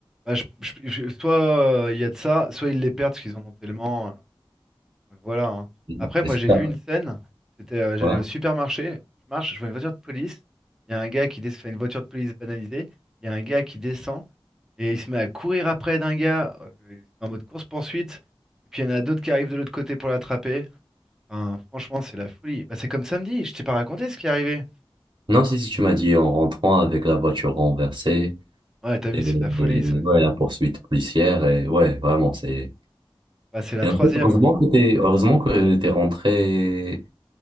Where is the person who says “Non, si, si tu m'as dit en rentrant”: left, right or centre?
Right